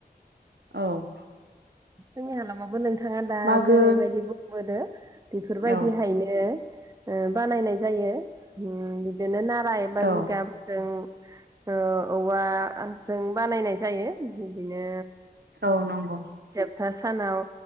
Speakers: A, on the right; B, on the right.
A: औ।
B: जोंनि हालामाबो नों। थाङा दा
A: मागो
B: जेरैबायदि बुंबोदो। बेफोरबायदिहायनो।
A: औ
B: ओ बानायनाय जायो उम बिदिनो ना जायबा
A: औ
B: जिगाबजों ओ औवाजों बानायनाय जायो बिदिनो
A: औ नंगौ।
B: दा सानाव